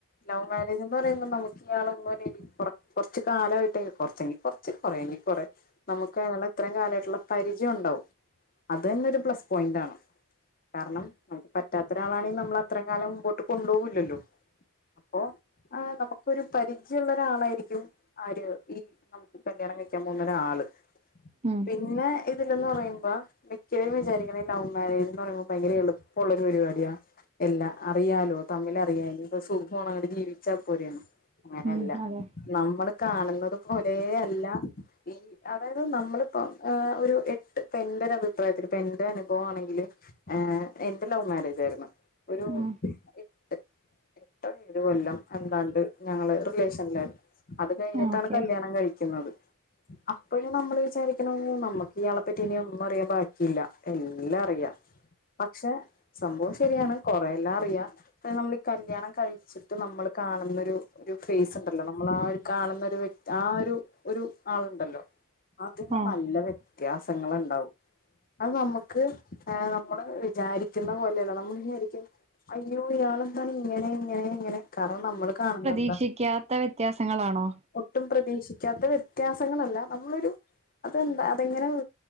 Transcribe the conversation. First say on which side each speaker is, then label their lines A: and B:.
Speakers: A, on the left; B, on the right.
A: ലൗമേരേജ് ന്ന് പറ പ്പം നമുക്ക് ആളറിമ്പോലെ കുറ കുറച്ച് കാലമായിട്ടെ കുറച്ചെങ്കി കുറച്ച് കുറെങ്കി കുറെ നമുക്ക് അയാൾ ഇത്രയും കാലയിട്ടുള്ള പരിചയം ഉണ്ടാവും. അതെന്നെ ഒരു പ്ലസ് പോയിന്റ് ആണ്. കാരണം നമുക്ക് പറ്റാത്ത ഒരാളാണെ നമ്മൾ അത്രയും കാലം മുമ്പോട്ട് കൊണ്ടോഉല്ലല്ലോ. അപ്പോ ആഹ് നമു ക്കൊരു പരിചയള്ള ഒരാളായിരിക്കും ആര് ഈ നമുക്ക് കല്യാണം കഴിക്കാൻ പോകുന്നരാള്.
B: ഉം
A: പിന്നെ ഇ രില്ലെന്ന് പറയുമ്പോ മിക്കവരും വിചാരിക്ണെ ലവ് മാരേജ് എന്ന് പറയുമ്പോ ഭയങ്കര എളുപ്പള്ള ഒരു പരിപാടിയ എല്ലാ അറിയാലോ തമ്മിൽറിയാല് ഇപ്പ സുഖമാണ് അങ്ങട്ട് ജീവിച്ചാ പോരെന്ന്. അങ്ങനെയല്ല
B: ഉം അതെ
A: നമ്മള് കാണുന്നത് പോലേ അല്ല. ഈ അതായത് നമ്മളിപ്പ ഏ ഒരു എട്ട് എന്റെ ഒരു അഭിപ്രായത്തില് എന്റെ അനുഭവം ആണെങ്കില് ഏ എന്റെ ലൗവ് മാരേജ ആയിരുന്നു. ഒരു
B: ഉം
A: എട്ട് എട്ടോ ഏഴ് കൊല്ലംഅന്താണ്ട് ഞങ്ങള് റിലേഷന്ല്ലാ അത് കഴിഞ്ഞിട്ടാണ്
B: ആ ഓക്കെ
A: കല്യാണം കഴിക്ന്നത് അപ്പോഴും നമ്മൾ വിചാരിക്കണം നമ്മക്ക് ഇയാളെപ്പറ്റി ഇനി ഒന്നും അറിയാൻ ബാക്കിയില്ല. എല്ലാ അറിയാ. പക്ഷെ സംഭവം ശരിയാണ് കൊറേ എല്ലാ അറിയാ. പക്ഷെ സംഭവംശരിയാണ് കൊറെ എല്ലാ അറിയാ. ത് നമ്മൾ കല്യാണം കഴിച്ചിട്ട് നമ്മൾ കാണുന്നൊരു ഒരു ഫേസ് ഉണ്ടല്ലോ നമ്മളാര് കാണുന്നൊരു വ്യക് ആ ഒരു ഒരു ആളുണ്ടല്ലോ അതിന്
B: ആഹ്
A: നല്ല വ്യ വ്യത്യാസങ്ങ ഉണ്ടാവും അത് നമ്മുക്ക് നമ്മള് വിചാരിക്കുന്ന പോലെയല്ല നമ്മൾ വിചാരിക്ക അയ്യോ ഇയാളന്ത ഇങ്ങനെ ഇങ്ങനെ ഇങ്ങനെ കാരണം നമ്മള് കാണുന്നത്
B: പ്രീക്ഷിക്കാത്ത വ്യത്യാസങ്ങളാണോ
A: ഒട്ടും പ്രതീക്ഷിക്കാത്ത വ്യത്യാസങ്ങളല്ല നമ്മളൊരു അതെന്താ അതെങ്ങനെ